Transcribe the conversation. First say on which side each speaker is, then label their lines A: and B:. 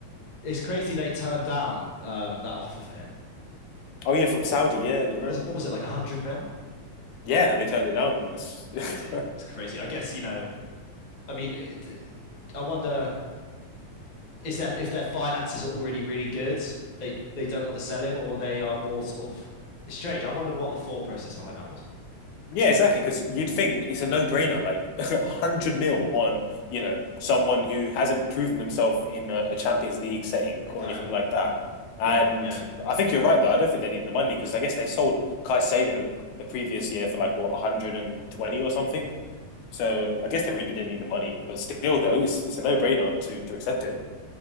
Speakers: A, on the left; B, on the left.
A: It's crazy they turned down um, that offer for him.
B: Oh yeah, from Saudi. Yeah, you're
A: What
B: right.
A: was it, what was it like 100 mil?
B: Yeah, and they turned it down. It's... <laughs>
A: Crazy. It's crazy. I guess you know. I mean, it, I wonder is their if their finances are already really good, they they don't want to sell him, or they are more sort of. It's strange. I wonder what the thought process behind that was.
B: yeah, exactly. Because you'd think it's a no-brainer, like <laughs> one hundred mil on you know someone who hasn't proven themselves in a, a Champions League setting or
A: No,
B: anything like that. And
A: yeah, yeah.
B: I think you're right though. I don't think they need the money because I guess they sold Caicedo the previous year for like what 120 or something. So I guess they really didn't need the money, but still, though, it's, it's a no-brainer to to accept it.